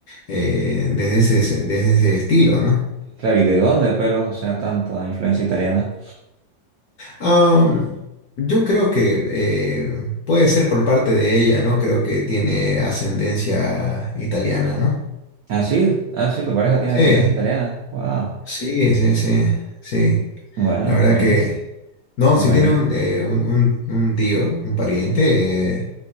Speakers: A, on the left; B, on the right.
A: eh, desde ese, se- desde ese estilo, ¿no?
B: Claro, ¿y de dónde, pero, o sea, tanta influencia italiana?
A: Am, yo creo que eh, puede ser por parte de ella, ¿no? Creo que tiene ascendencia italiana, ¿no?
B: Ah, sí, ah, sí, tu pareja tiene
A: Sí,
B: ascendencia italiana. Wow.
A: sí, sí, sí, sí.
B: Bueno,
A: La verdad
B: buenísimo,
A: que, no,
B: buenísimo.
A: si tiene un, eh, un, un- un tío, un pariente, eh,